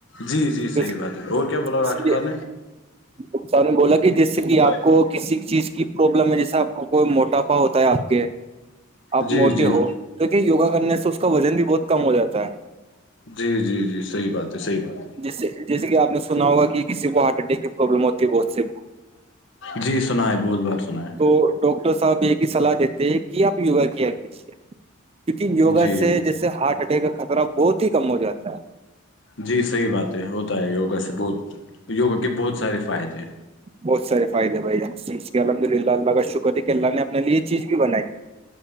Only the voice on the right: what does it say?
اس
لیے
ڈاکٹر نے بولا کہ جس سے کہ
آپ کو کسی چیز کی پروابلم میں جیسا آپ کو کوئی موٹاپا ہوتا ہے آپ کے آپ
موٹے
ہو توکی یوگا کرنے سے اس کا وزن بھی بہت کم ہو جاتا ہے
جیسے جیسے کہ آپ نے سنا ہوگا کہ کسی کو ہارٹ اٹیک کی پرابلم ہوتی ہے بہت سے
تو ڈاکٹر صاحب یہ ایک ہی سلاح دیتے ہیں کی آپ یوگا کیا کیجے کیونکہ یوگا
سے جیسے ہارٹ اٹیک کا خطرہ بہت ہی کم ہو جاتا ہے
بہت سارے فائدے بھائی جان الحمد للہ اللہا کا شکر کے اللہ نے اپنے لیے چیز بھی بنائی